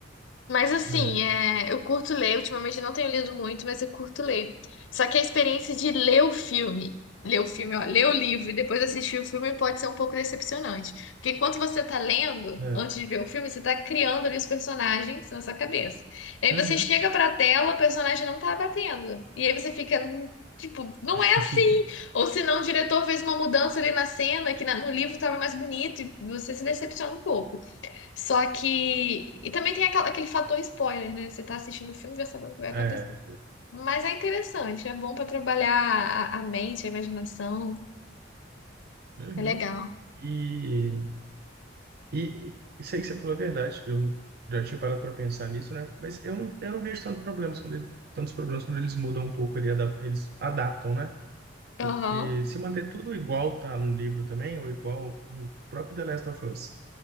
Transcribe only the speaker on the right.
É,
é,
uhum,
<laughs>
é,
uhum.
E, e isso aí que você falou é verdade. Eu já tinha parado para pensar nisso, né? Mas eu não, eu não vejo tanto problemas quando ele- tantos problemas quando eles mudam um pouco, ele adap- eles adaptam, né?
Porque se manter tudo igual tá no livro também, ou igual o próprio The Last of Us.